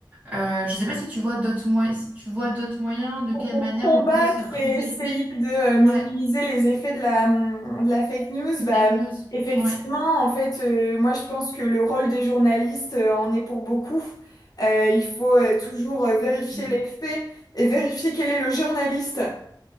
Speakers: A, on the right; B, on the left.
A: Euh, je ne sais pas si tu vois d'autres moyens, si tu vois d'autres moyens, de
B: Pour
A: quelle
B: pour
A: manière
B: combattre
A: on pourrait se préserver.
B: et essayer de euh,
A: Ouais.
B: minimiser les effets de la, hum, de la fake news,
A: Les
B: bah,
A: fake news,
B: effectivement,
A: Oui.
B: en fait, euh, moi je pense que le rôle des journalistes euh, en est pour beaucoup. Euh, il faut euh, toujours euh, vérifier
A: Mm.
B: les faits et vérifier quel est le journaliste.